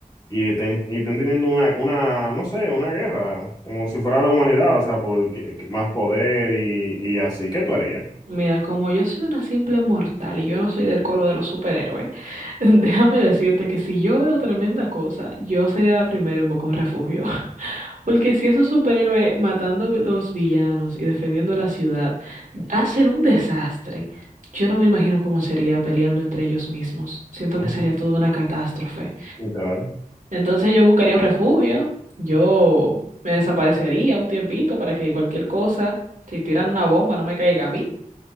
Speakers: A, on the left; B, on the right.
A: y estén, y estén teniendo una, una, no sé, una guerra, como si fuera la humanidad, o sea, por que- que más poder y, y así. ¿Qué tú harías?
B: Mira, como yo soy una simple mortal y yo no soy del coro de los superhéroes, <laughs> déjame decirte que si yo veo tremenda cosa, yo sería la primera en buscar un refugio. <laughs> Porque si esos superhéroes matando vi- los villanos y defendiendo la ciudad hacen un desastre, yo no me imagino cómo sería peleando entre ellos mismos. Siento
A: <laughs>
B: que sería toda una catástrofe.
A: Literal.
B: Entonces yo buscaría un refugio, yo me desaparecería un tiempito para que cualquier cosa, si tiran una bomba, no me caiga a mí.